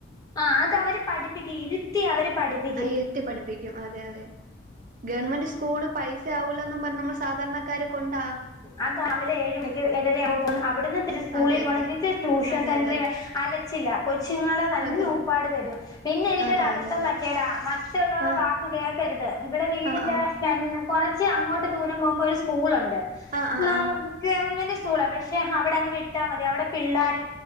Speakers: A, on the left; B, on the right.
A: ആ അത് അവര് പഠിപ്പിക്കും ഇര് ത്തി അവര് പഠിപ്പിക്കും
B: ആ ഇരിത്തി പഠി പ്പിക്കും അതെ അതെ ഗവൺമെന്റ് സ്കൂള് പൈസ ആവുല്ലാന്ന് പറഞ്ഞ് നമ്മള് സാധാരണക്കാര് കൊണ്ടാ
A: അതാ രാവിലെ ഏഴ് മണിക്ക് ഏഴര ആകുമ്പൾ അവടുന്ന് തി സ്കൂളി
B: അതെ
A: പോകണം
B: അതെ
A: തിരിച്ച് ടൂഷൻസെന്ററി
B: അതെ അതെ
A: അല്ലാ ചില്ലാ കൊച്ചുങ്ങളെ തന്നെ
B: അതെ
A: ഉപ്പാട് വരൂവാ പിന്നെ എനിക്കൊര്
B: അതെ
A: അബദ്ധം
B: അതെ
A: പറ്റിയടാ മറ്റുള്ളെവരടെ
B: ആഹ്
A: വാക്ക് കേക്കാര്ത് ഇവടെ വീടിന്റെ
B: ആഹ്
A: ര കൊറച്ച് അങ്ങോട്ട് ദൂരം പോമ്പോ ഒര് സ്കൂളെണ്ട് <unintelligible>
B: ആഹ് ആഹ് ആഹ് ആഹ്
A: ഗവൺമെൻ്റ് സ്കുളാ പ പശേ അവടെ അങ് വിട്ടാ മതി അവടെ പിള്ളാര്